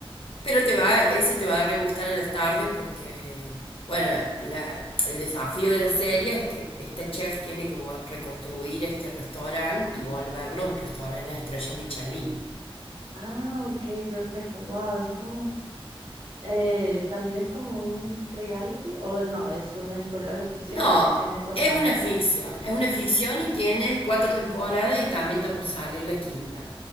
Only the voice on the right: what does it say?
Ah, ok, perfecto. Wow, es como, eh, también es como un reality o no, es una historia de ficción
que tiene esa
trama.